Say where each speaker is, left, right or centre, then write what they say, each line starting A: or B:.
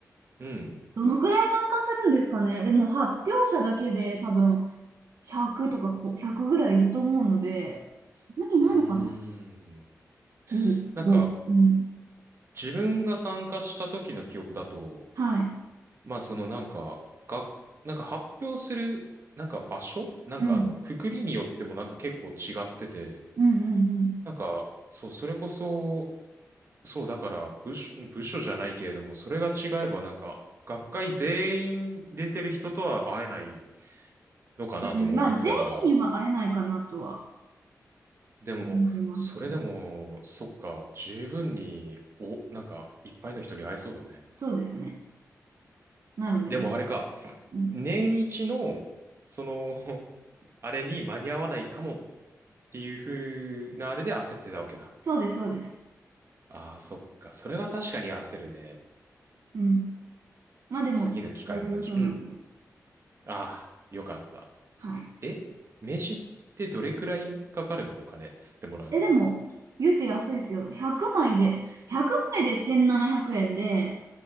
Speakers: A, on the right (about 50°); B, on the right (about 70°).
A: うん。
B: どのくらい参加するんですかね。でも発表者だけで多分100とかこう100ぐらいいると思うので、そんなにいないのかな
A: うーん。
B: ?5、
A: なんか、
B: 5。うん。
A: 自分が参加した時の記憶だと、
B: はい。
A: まあ、その、なんか、が、なんか発表する、なんか場所なんか、
B: うん。
A: あの、くくりによってもなんか結構違ってて、
B: うんうんうん。
A: なんか、そう、それこそ、そう、だから部署、部署じゃないけれども、それが違えばなんか、学会全員出てる人とは会えないのかなとも思ってたから、
B: うん、まあ全員には会えないかなとは
A: でも、
B: 思いますけど。
A: それでも、そっか、十分に、お、なんか、いっぱいの人に会えそうだね。
B: そうですね。なのでいっぱい。
A: でもあれか、
B: うん。
A: 年一の、その、<laughs> あれに間に合わないかもっていう風なあれで焦ってたわけだ。
B: そうです、そうです。
A: ああ、そっか、それは確かに焦るね。
B: うん。まあでも大丈夫そうなんで。
A: 次の機会もないし、うん。ああ、よかった。
B: はい。
A: え名刺ってどれくらいかかるのお金、吸ってもらうのに。
B: え、でも、言うて安いですよ。100枚で、100枚で1700円で、